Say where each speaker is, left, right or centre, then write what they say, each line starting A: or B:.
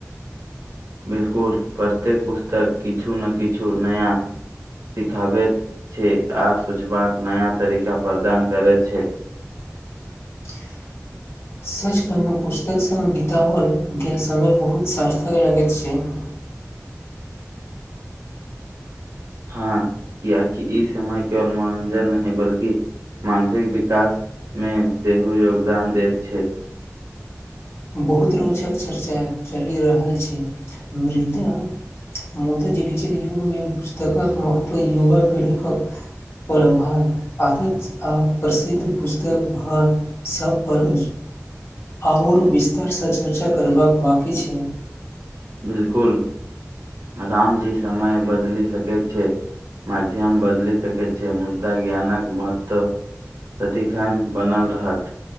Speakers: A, on the right; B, on the left.
A: बिलकुल प्रत्येक पुस्तक किछु ने किछु नया सिखाबैत छै आ सूचबाक नया तरीका प्रदान करैत छै
B: <inaudible> सच पहिनो पुस्तकसँ बितओल गेल समय बहुत सार्थक लगैत छै <inaudible>
A: हँ किय ई समय केवल मनोरञ्जन नहि बल्कि मानसिक विकासमे सेहो योगदान दैत छै
B: बहुत रोचक चर्चा चलि रहल छै मृदा मुदा डजिटल युगमे पुस्तकक महत्व युवा पीढ़ी प्रभाग आदत आ प्रसिद्ध पुस्तक भर सभ पर आओर विस्तारसँ चर्चा करबाक वाकी छैनि
A: बिलकुल रामजी समय बदल सके छै मध्यम बदल सक छै मुद्दा ज्ञानक महत्व दिखन बनल रहत